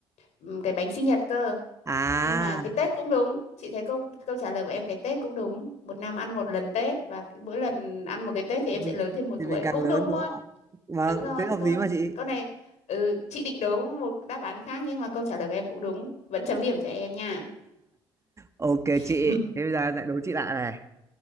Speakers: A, on the left; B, on the right.
A: ừm, cái bánh sinh nhật cơ.
B: À,
A: Nhưng mà cái Tết cũng đúng. Chị thấy câu câu trả lời của em cái Tết cũng đúng. Một năm ăn một lần Tết và cứ mỗi lần ăn một cái Tết thì em
B: mình
A: sẽ lớn thêm một
B: thì
A: tuổi.
B: mình càng
A: Cũng
B: lớn
A: đúng luôn.
B: đúng không ạ? Vâng,
A: Đúng rồi.
B: thế hợp
A: Câu
B: lý mà chị.
A: câu này ừ, chị định đố một đáp án khác nhưng mà câu trả lời của em cũng đúng. Vẫn chấm điểm cho em nha.
B: Ok
A: <laughs>
B: chị, thế bây giờ em lại đố chị lại này.